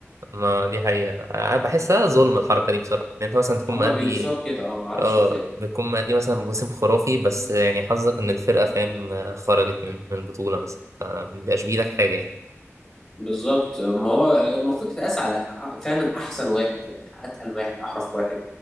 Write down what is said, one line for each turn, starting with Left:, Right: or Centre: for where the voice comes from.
Right: ما دي حقيقة أنا بحسها ظلم الحركة دي بصراحة يعني أنت مثلا تكون
Centre: هما
Right: مأدي
Centre: بيقيسوها بكده اه معرفش
Right: اه
Centre: ازاي
Right: بتكون مأدي مثلا موسم خرافي بس يعني حظك إن الفرقة فاهم آه، خرجت من من بطولة مثلا فمبيبقاش بإيدك حاجة يعني
Centre: بالظبط ما هو المفروض تتقاس على فعلا احسن واحد يعني اتقل واحد احرف واحد